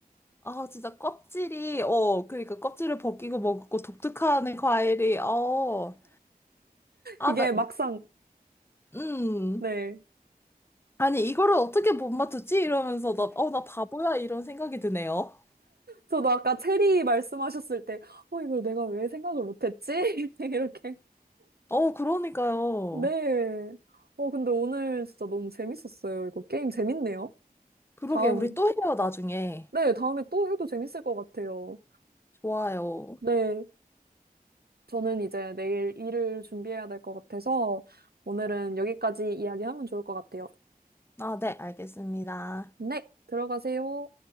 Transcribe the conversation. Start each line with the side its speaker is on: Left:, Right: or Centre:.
Left: 아, 진짜 껍질이, 어, 그러니까 껍질을 벗기고 먹고 독특한 과일이, 어, 아,
Right: 이게
Left: 나,
Right: 막상,
Left: 음.
Right: 네.
Left: 아니, 이거를 어떻게 못 맞췄지? 이러면서 나, 어, 나 바보야, 이런 생각이 드네요.
Right: 저도 아까 체리 말씀하셨을 때, 어, 이걸 내가 왜 생각을 못했지? <laughs> 이렇게.
Left: 어, 그러니까요.
Right: 네. 어, 근데 오늘 진짜 너무 재밌었어요. 이거 게임 재밌네요.
Left: 그러게,
Right: 다음,
Left: 우리 또 해요, 나중에.
Right: 네, 다음에 또 해도 재밌을 것 같아요.
Left: 좋아요.
Right: 네. 저는 이제 내일 일을 준비해야 될 것 같아서 오늘은 여기까지 이야기하면 좋을 것 같아요.
Left: 아, 네, 알겠습니다.
Right: 네, 들어가세요.